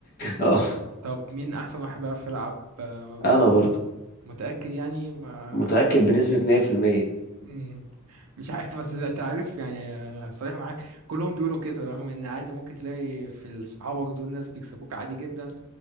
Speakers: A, on the left; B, on the right.
A: <laughs> اه
B: طب مين احسن واحد بيعرف يلعب آه، ما بينكم
A: انا برضو
B: متأكد يعني ما
A: متاكد بنسبه 100%
B: مم. مش عارف بس انت عارف يعني آه، صريح معاك كلهم بيقولوا كده رغم ان عادي ممكن تلاقي في صحابك دول ناس بيكسبوك عادي جدا